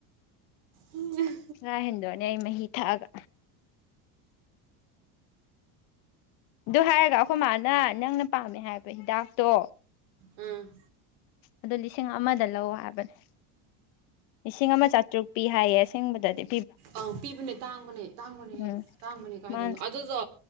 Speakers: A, on the right; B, on the left.
A: ꯎ
B: ꯆꯔꯥ ꯍꯦꯟꯗꯣꯛꯑꯅꯦ ꯑꯩ ꯃꯍꯤ ꯊꯛꯑꯒ ꯑꯗꯨ ꯍꯥꯏꯔꯒ ꯑꯩꯈꯣꯏ ꯃꯥꯅ ꯅꯪꯅ ꯄꯥꯝꯃꯦ ꯍꯥꯏꯄ ꯍꯤꯗꯥꯛꯇꯣ
A: ꯎꯝ
B: ꯑꯗꯨ ꯂꯤꯁꯤꯡ ꯑꯃꯗ ꯂꯧ ꯍꯥꯏꯕꯅꯦ ꯂꯤꯁꯤꯡ ꯑꯃ ꯆꯥꯇ꯭ꯔꯨꯛ ꯄꯤ ꯍꯥꯏꯌꯦ ꯍꯤꯡꯕꯗꯗꯤ
A: ꯑꯪ ꯄꯤꯕꯅꯦ ꯇꯥꯡꯕꯅꯦ ꯇꯥꯡꯕꯅꯦꯍꯦ
B: ꯎꯝ
A: ꯇꯥꯡꯕꯅꯦ ꯀꯥꯏꯗꯣꯏꯅꯣ
B: ꯃꯥ
A: ꯑꯗꯨꯗꯣ